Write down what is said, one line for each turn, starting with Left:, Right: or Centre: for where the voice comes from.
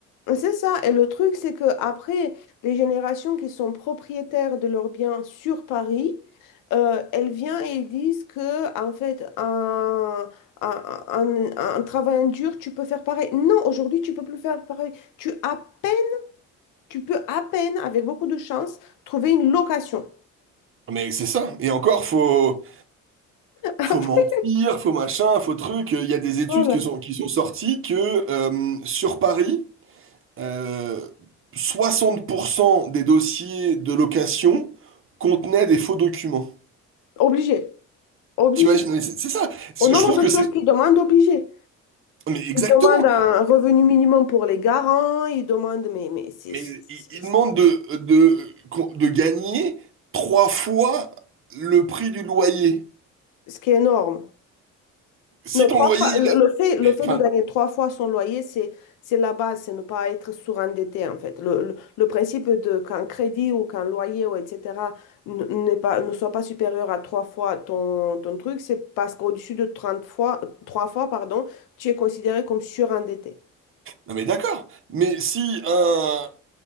Left: C'est ça. Et le truc, c'est que après, les générations qui sont propriétaires de leurs biens sur Paris, euh, elles viennent et elles disent que, en fait, un, un, un, un travail dur, tu peux faire pareil. Non, aujourd'hui, tu peux plus faire pareil. Tu à peine, tu peux à peine, avec beaucoup de chance, trouver une location.
Right: Mais c'est ça. Et encore, faut,
Left: <laughs> Après,
Right: faut mentir, faut machin, faut truc. Il y a des études
Left: voilà.
Right: qui sont, qui sont sorties que euh, sur Paris, euh, 60% des dossiers de location contenaient des faux documents.
Left: Obligé. Obligé.
Right: T'imagines, mais c'est c'est ça. C'est-
Left: Au nombre
Right: Je trouve que
Left: de choses
Right: c'est...
Left: qu'ils demandent, obligé.
Right: Mais exactement.
Left: Ils demandent un revenu minimum pour les garants, ils demandent, mais, mais c'est
Right: Mais
Left: c'est-
Right: ils ils
Left: c'est-
Right: demandent de, de, de gagner trois fois le prix du loyer.
Left: ce qui est énorme.
Right: si
Left: Non,
Right: ton
Left: trois
Right: loyer,
Left: fois,
Right: il
Left: le
Right: a-
Left: le fait, le
Right: mais,
Left: fait
Right: enfin,
Left: de gagner trois fois son loyer, c'est, c'est la base, c'est ne pas être surendetté en fait. Le, le, le principe de qu'un crédit ou qu'un loyer ou etc. n- n'est pas, ne soit pas supérieur à trois fois ton, ton truc, c'est parce qu'au-dessus de 30 fois, trois fois, pardon, tu es considéré comme surendetté.
Right: non mais d'accord, mais si un,